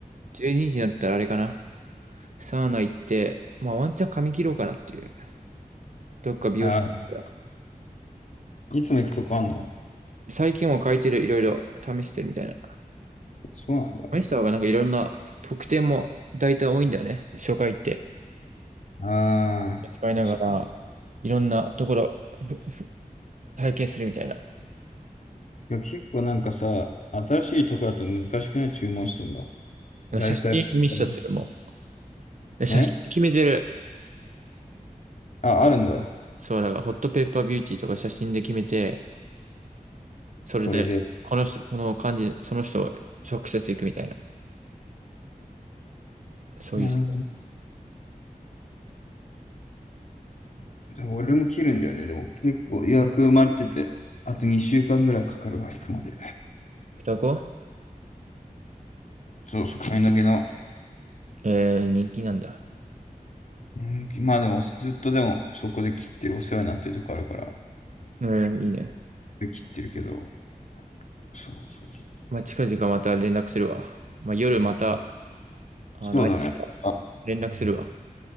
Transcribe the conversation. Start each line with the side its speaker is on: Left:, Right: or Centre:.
Right: 12時にじになったらあれかな。サウナ行って、まあワンチャン髪切ろうかなっていう。どっか美容室行ったら
Left: あいつも行くとこあんの
Right: 最近も変えてる、いろいろ試してるみたいな。
Left: そうなんだ。
Right: 試した方がなんかいろんな特典も大体多いんだよね。初回って。
Left: ああ、
Right: 使いながら、
Left: 確かに。い
Right: いろんなところふふ体験するみたいな。
Left: や、結構なんかさ、新しいとこだと難しくない注文するの。だいたいこれかな。
Right: 写真見しちゃってるもん。写真決めてる。
Left: ねあ、あるんだ。
Right: そう、だからホットペッパービューティーとか写真で決めて、それで、
Left: これで。
Right: この人、この感じ、その人を直接行くみたいな。そういう。
Left: なるほど。俺も切るんだよね。でも結構予約埋まれてて、あと2週間ぐらいかかるわ、行くまで。
Right: 双子
Left: そうそう、髪の毛の。
Right: えー、人気なんだ。
Left: うん、まあでも、ずっとでも、そこで切ってる、お世話になってるとこあるから、
Right: えー、いいね。
Left: 切ってるけど、そうそうそう。
Right: まあ、近々また連絡するわ。まあ、夜また、あの、
Left: そうだね。あ、
Right: 連絡するわ。